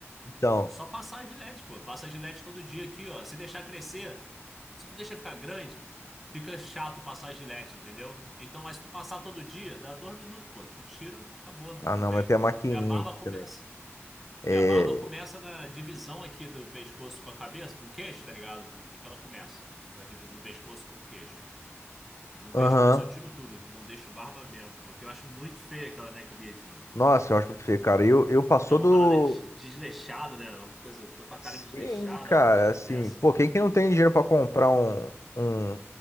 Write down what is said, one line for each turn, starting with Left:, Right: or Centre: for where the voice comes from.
Left: Então,
Centre: Só passar a Gillette, pô. Passa a Gillette todo dia aqui, ó. Se deixar crescer, se tu deixa ficar grande, fica chato passar a Gillette, entendeu? Então, mas se tu passar todo dia, dá dois minutos, pô. Tu tira, acabou,
Left: ah,
Centre: não
Left: não,
Centre: tem.
Left: mas tem a maquininha
Centre: Minha barba
Left: aqui
Centre: começa.
Left: também. É,
Centre: Minha barba começa na divisão aqui do pescoço com a cabeça, com o queixo, tá ligado? É que ela começa. Da divisão do pescoço com o queixo. No
Left: aham.
Centre: pescoço eu tiro tudo, não deixo barba mesmo, porque eu acho muito feia aquela neckbeard, mano.
Left: Nossa, eu acho muito feio, cara. Eu, eu passou
Centre: É uma
Left: do.
Centre: parada de desleixado, né? Uma coisa, fica com a
Left: Sim,
Centre: cara desleixada,
Left: cara,
Centre: uma porra
Left: assim.
Centre: dessa.
Left: Pô, quem que não tem dinheiro pra comprar um. um